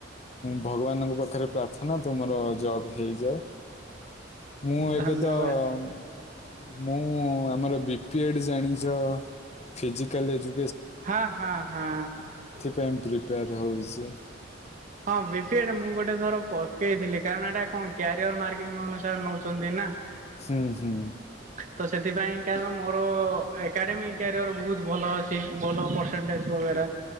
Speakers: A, on the left; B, on the right.
A: ଭଗବାନଙ୍କ ପାଖରେ ପ୍ରାର୍ଥନା ତୁମର ଜବ୍ ହେଇଯାଉ। ମୁଁ ଏବେ
B: ଧନ୍ୟବାଦ
A: ତ-ଅ-ଅ ମୁଁ ଆମର ବି ପି ଏଡ୍ ଜାଣିଛ ଫିଜିକାଲ ଏଜୁ
B: ହଁ ହଁ ହଁ।
A: ପେମ୍ ପ୍ରିପେୟାର ହେଉଛି।
B: ହଁ ବି ପି ଏଟ ମୁଁ ଗୋଟେ ଥର ପକେଇଥିଲି କାରଣ ଏଇଟା କଣ କ୍ୟାରିଅର ମାର୍କିଂ ଅନୁସାରେ ନଉଛନ୍ତି ନା।
A: ହୁଁ ହୁଁ।
B: ତ ସେଥିପାଇଁ କାରଣ ମୋର-ଓ-ଓ-ଓ ଏକାଡ଼େମିକ କ୍ୟାରିଅର ବହୁତ ଭଲ ଅଛି। ଭଲ ପରସେଣ୍ଟେଜ ବଗେରା